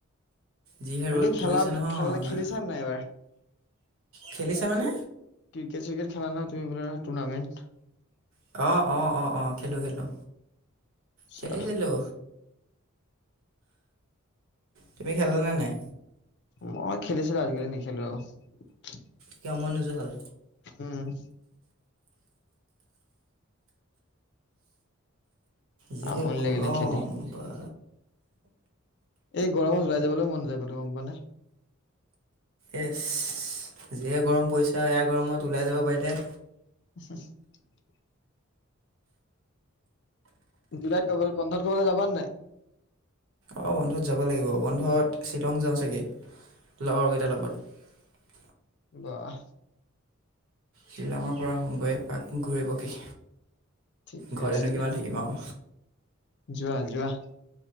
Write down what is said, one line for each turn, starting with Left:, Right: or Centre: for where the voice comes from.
Right: যিহে
Left: বাকি
Right: ৰ'দ পৰিছে
Left: খেলা,
Right: নহয়।
Left: খেল খেলিছ নাই এবাৰ?
Right: খেলিছা মানে?
Left: ক্ৰিকেট চ্ৰিকেট খেলা নহয় তুমি, টৰ্নামেট।
Right: অ', অ', অ', অ', খেলো খেলো।
Left: আচ্ছা,
Right: খেলিছিলো। তুমি খেলানে নাই?
Left: মই খেলিছিলো আজিকালি নেখেলো আৰু।
Right: কিয় মন নোযোৱা হল?
Left: উম।
Right: যিহে
Left: আমনি
Right: গৰম,
Left: লাগিলে খেলি।
Right: বা।
Left: এই গৰমত ওলাই যাবলৈ মন নাযায় কতো গম পোৱা নে?
Right: ইছ, যিয়ে গৰম পৰিছে এয়া গৰমত ওলাই যাব পাৰিলে
Left: <unintelligible> জুলাইত কৰবালে, বন্ধত কৰিবলৈ যাবা নাই?
Right: অঁ, বন্ধত যাব লাগিব বন্ধত শ্বিলং যাওঁ চাগে। লগৰকেইটাৰ লগত।
Left: বাহ!
Right: শ্বিলঙৰ পৰা আহাংগৈ এপাক ঘূৰিব পকি।
Left: ঠিকে
Right: ঘৰতেনো
Left: আছে
Right: কিমান
Left: দিয়া,
Right: থাকিম আৰু
Left: যোৱা, যোৱা।